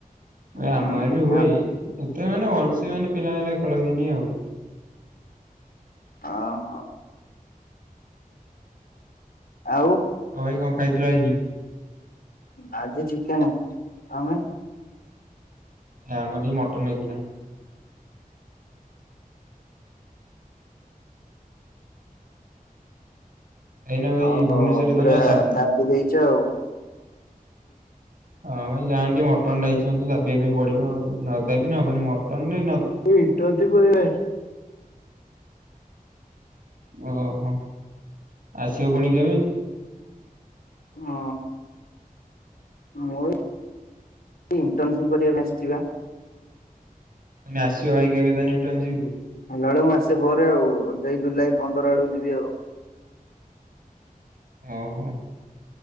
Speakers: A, on the right; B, on the left.
A: ଏ ଆମର
B: ହୁଁ
A: ବି ହୁଏ। ଏତେ ମାନେ ଭଲସେ ମାନେ ପିଲା ପିଲା ଖେଳନ୍ତିନି ଆଉ।
B: ହଁ ହଁ। ଆଉ।
A: ଆଉ ଭାଇ କଣ ଖାଇଥିଲ ଆଜି?
B: ଆଜି ଚିକେନ ତମେ
A: ଆମର ଏଇ ମଟନ ହେଇଥିଲା। ଏଇନେ ଭାଇ
B: ଅ
A: ଭୁବନେଶ୍ଵରରେ
B: ପୁରା
A: ତମେ ଅଛ।
B: ଦାବି ଦେଇଛ ଆଉ।
A: ହଁ ଭାଇ ଯାଆନ୍ତି ଟିକେ ମଟନ୍ <inaudible> ଦାବିବା ପାଇଁ ପଡିବ ଆଉ ନଦାବିଲେ ହବନି ମଟନ
B: <unintelligible> କହିବା।
A: ଓହୋ ଆସିବ ପୁଣି କେବେ?
B: ହଁ ମୁଁ ଏଇ ଇଣ୍ଟର୍ନସିପ କରିବା ପାଇଁ ଆସିିଛି ବା।
A: ମାନେ ଆସିବ ଭାଇ କେବେ ତାହେଲେ ଇଣ୍ଟର୍ନସିପରୁ?
B: ହେଲା ବେଳେ ମାସେ ପରେ ଆଉ ଯାଇ ଜୁଲାଇ ପନ୍ଦର ଆଡକୁ ଯିବି ଆଉ।
A: ଓହୋ।